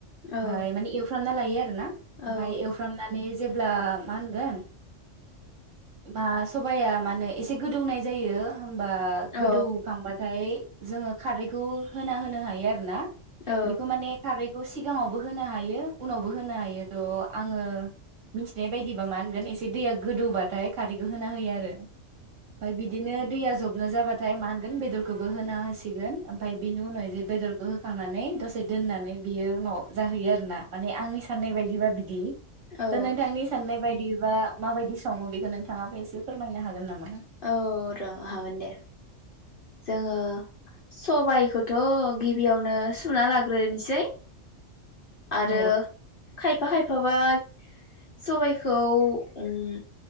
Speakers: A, on the right (about 80°); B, on the left (about 50°).
A: ओमफाय
B: औ
A: माने एवफ्रामना लायो। यो आरो ना। ओमफाय
B: औ
A: एवफ्रामनानै जेब्ला मा होनगोन। बा सबाया माने एसे गोदौनाय जायो। बा
B: औ
A: गोदौखांबाथाय जोङो खारैखौ होना होनो हायो आरो ना?
B: औ
A: बेखौ माने खारै। बेखौ सिगाङावबो होनो हायो उनावबो होनो हायो थ' आङो मिथिनाय बायदिबा मा होनगोन एसे दैया गोदौबाथाय। खारैखौ होना होयो आरो। ओमफाय बिदिनो। दैया जबनो जाबाथाय मा होनगोन बेदरखौबो होना होसिगोन ओमफफ्राय बिनि उनावह जे बेदरखौ होखांनानै दसे दोननानै बियो उन' जाहोयो आरो ना माने आंनि साननाय बायदिबा बिदि
B: औ
A: दा नोंथांनि साननाय बायदि बा माबायदि सङो बेखौ नोंथ थाङाबो एसे फोरमायनो हागोन नामा?
B: औ र' हागोन दे। जोङो सबाइखौथ' गिबियावनो सुना लाग्रोनोसै आरो
A: औ
B: खायफा खायफाबा सबायखौ उम